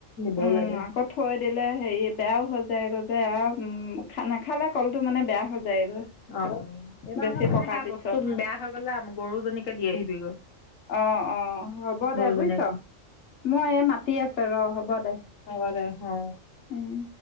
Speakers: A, on the left; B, on the left.
A: দিবও
B: উম
A: লাগে।
B: আকৌ থৈ দিলে হেৰি বেয়াও হৈ যায়গৈ যে আৰু উম। খা, নাখালে কলটো মানে বেয়া হৈ যায়গৈ।
A: অ এইবাৰ
B: বেছি
A: আমাৰ মানে
B: পকাৰ
A: সেয়া
B: পিছত
A: বস্তু বেয়া হৈ গ'লে আম গৰুজনীকে দি আহিবি গৈ।
B: অঁ অঁ, হ'ব দে
A: গৰুজনীক
B: বুইছ, মই এই মাতি আছে ৰ, হ'ব দে।
A: হ'ব দে হঁ।
B: উম'।